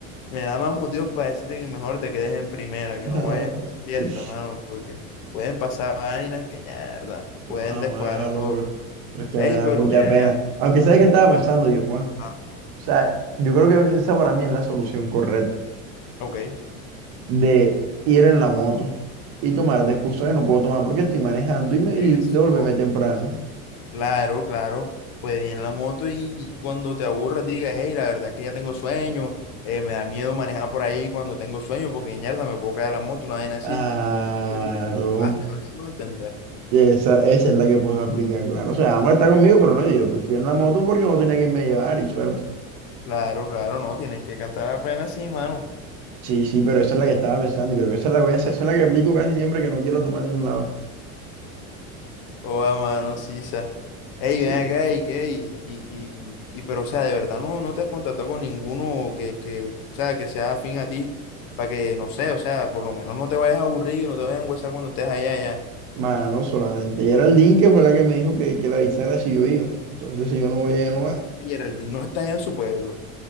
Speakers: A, on the left (about 55°); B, on the right (about 60°).
A: Me da más motivos para decirte que mejor te quedes en primera, que
B: <laughs>
A: no vayas por esa fiesta, mano, porque pueden pasar vainas que ya, ¿verdad? Pueden
B: Ah,
A: descuadrar
B: mano,
A: todo.
B: pero, pero es que
A: Ey,
B: me da
A: pero
B: mucha
A: ven
B: pena.
A: acá.
B: Aunque sabes que estaba pensando yo, Juan.
A: Ah,
B: O sea, yo creo que esa para mí es la solución correcta
A: ok.
B: de ir en la moto y tomar de excusa que no puedo tomar porque estoy manejando y, me,
A: Eso.
B: y devolverme temprano.
A: Claro, claro. Puedes ir en la moto y cuando te aburras digas, hey, la verdad es que ya tengo sueño, eh, me da miedo manejar por ahí cuando tengo sueño, porque mierda, me puedo caer de la moto, una vaina así.
B: Claro.
A: Porque el curso jugaste, vas a entender.
B: Esa, esa es la que puedo aplicar, claro. O sea, Amor está conmigo, pero no yo, que fui en la moto porque no tenía que me llevar y suerte.
A: Claro, claro, no, tienes que cantar a plena, sí, mano.
B: Sí, sí, pero esa es la que estaba pensando y creo que esa es la que voy a hacer. Esa es la que aplico casi siempre que no quiero tomar en un lado.
A: Oh, mano, sí, Ey,
B: Sí.
A: ven acá, y qué, y, y, y, y- pero o sea, de verdad no, no te has contactado con ninguno que, que, o sea, que sea afín a ti, para que, no sé, o sea, por lo menos no te vayas a aburrir, y no te vayas a huesar cuando estés allá, allá.
B: Mano, solamente Geraldine, que fue la que me dijo que, que la avisara si yo iba. Entonces, si yo no voy, ella no va.
A: Y Geraldine no está allá en su pueblo.